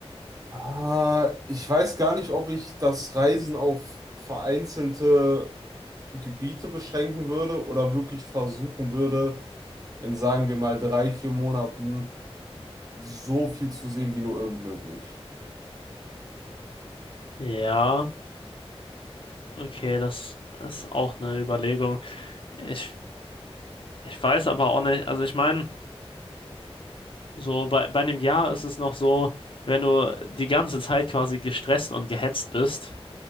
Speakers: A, on the right; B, on the left.
A: Ah, ich weiß gar nicht, ob ich das Reisen auf vereinzelte Gebiete beschränken würde oder wirklich versuchen würde, in sagen wir mal drei, vier Monaten so viel zu sehen, wie nur irgend möglich.
B: Ja, okay, das ist auch eine Überlegung. Ich, ich weiß aber auch nicht, also ich meine, so bei, bei einem Jahr ist es noch so, wenn du die ganze Zeit quasi gestresst und gehetzt bist,